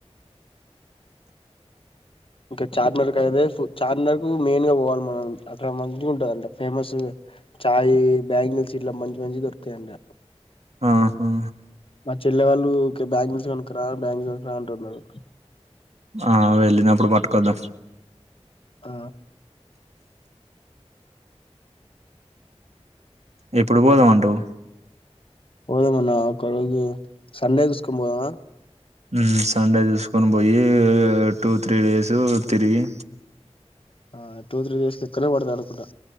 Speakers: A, on the left; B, on the right.
A: ఇంకా చార్మినర్ అయితే చార్మినర్ కు మెయిన్ గా పోవాలి మనం అక్కడ మంచిగా ఉంటదంట ఫేమస్ చాయ్ బ్యాంగిల్స్ ఇట్లా మంచి మంచిగా దొరుకుతాయంట
B: ఆహా
A: మా చెల్లి వాళ్ళు ఊకె బ్యాంగిల్స్ కొనుక్కరా బ్యాంగిల్స్ కొనుక్కరా అంటున్నారు
B: ఆ వెళ్ళినప్పుడు పట్టుకొద్దాం
A: ఆ
B: ఎప్పుడు పోదాం అంటావ్
A: పోదం అన్న ఒక రోజు సండే చూసుకొని పోదామా
B: ఉ సండే చూసుకొని పోయి టూ త్రీ డేస్ తిరిగి
A: ఆ టూ త్రీ డేస్కి ఎక్కవ నే పడతాదనుకుంటా